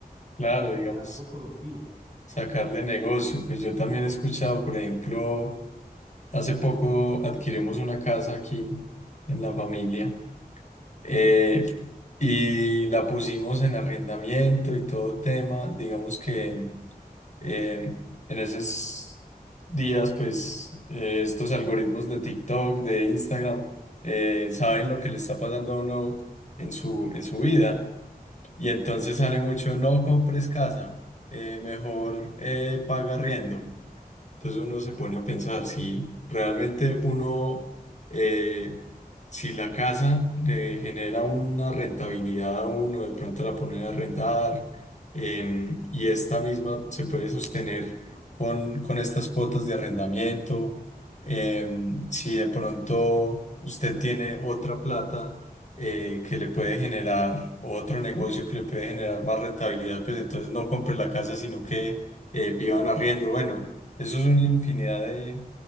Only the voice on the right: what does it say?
y que
sea algo productivo.